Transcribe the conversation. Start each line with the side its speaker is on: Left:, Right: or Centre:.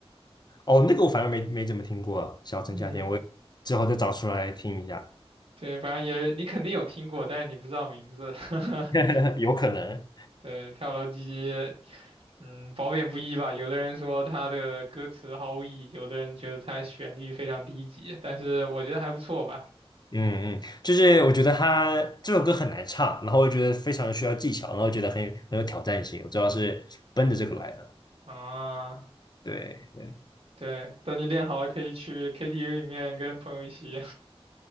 Left: 哦，那个我反而没没怎么听过，《小城夏天》，
Right: 嗯，
Left: 我之后再找出来听一下，
Right: 对，反正也你肯定有听过，但是你不知道名字。<laughs>
Left: <laughs> 有可能。
Right: 对，跳楼机，嗯，褒贬不一吧。有的人说他的歌词毫无意义，有的人觉得他旋律非常低级，但是我觉得还不错吧。
Left: 嗯嗯，就是我觉得他这首歌很难唱，然后我觉得非常需要技巧，然后觉得很有很有挑战性，我主要是奔着这个来的。
Right: 啊，
Left: 对对，
Right: 对，等你练好了，可以去 KTV 里面跟朋友一起